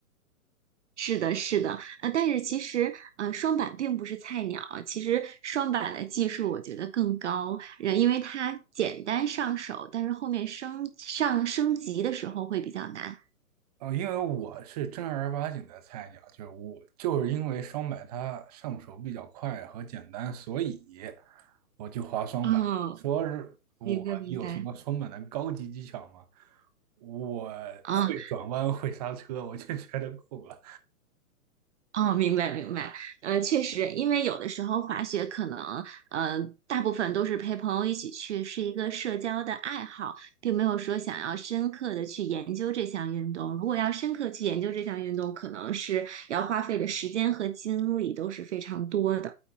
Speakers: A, on the right; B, on the right.
A: 是的，是的，呃，但是其实，呃，双板并不是菜鸟。其实双板的技术我觉得更高，呃，因为它简单上手，但是后面升上升级的时候会比较难。
B: 呃，因为我是正儿八经的菜鸟，就是我就是因为双板它上手比较快和简单，所以我就滑双板。
A: 哦，
B: 说是我有什么双板的高级技巧吗？
A: 明白明白。
B: 我会转弯，
A: 啊。
B: 会刹车，我就觉得够了。
A: 哦，明白明白，呃，确实，因为有的时候滑雪可能，呃，大部分都是陪朋友一起去，是一个社交的爱好，并没有说想要深刻的去研究这项运动。如果要深刻去研究这项运动，可能是要花费的时间和精力都是非常多的。